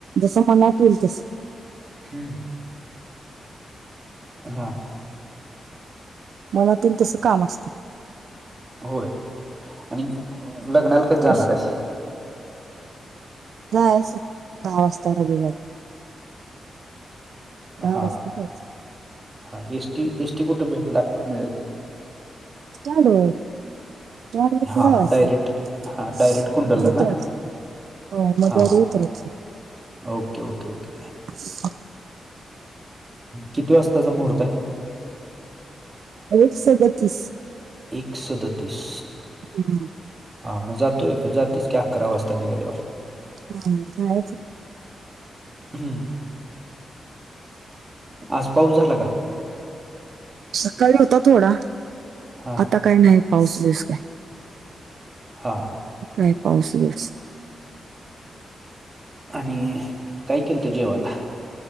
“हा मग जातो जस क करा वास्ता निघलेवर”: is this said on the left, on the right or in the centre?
Right